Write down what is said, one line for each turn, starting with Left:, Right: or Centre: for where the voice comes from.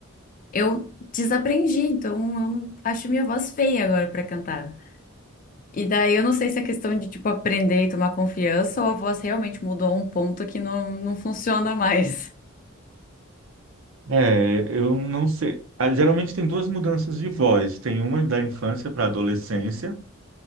Left: eu desaprendi, então eu não- acho minha voz feia agora pra cantar. E daí eu não sei se é questão de, tipo, aprender e tomar confiança ou a voz realmente mudou a um ponto que não, não funciona mais.
Right: É, eu não sei. Ah, Geralmente tem duas mudanças de voz, tem uma da infância para a adolescência,